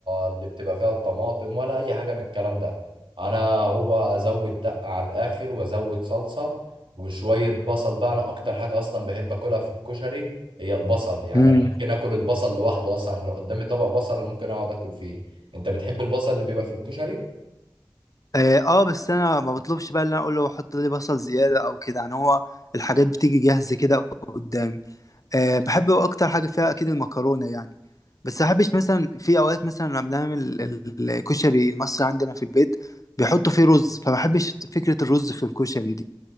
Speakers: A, on the right; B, on the left.
A: اللي بتبقى فيها الطماطم ولا اي حاجه من الكلام ده انا هو ازود دقه على الاخر وازود صلصه وشويه بصل بقى انا اكتر حاجه اصلا بحب اكلها في الكشري هي البصل يعني
B: مم.
A: انا ممكن اكل البصل لوحده اصلا لو قدامي طبق بصل انا ممكن اقعد اكل فيه انت بتحب البصل اللي بيبقى في الكشري
B: آه, آه بس أنا ما بطلبش بقى اللي أنا أقول له حط لي بصل زيادة أو كده يعني هو الحاجات بتيجي جاهزة كده قدامي أه بحب اكتر حاجه فيها اكيد المكرونه يعني بس احبش مثلا في اوقات مثلا لما بنعمل ال- الكشري المصري عندنا في البيت بيحطوا فيه رز فما بحبش فكره الرز في الكشري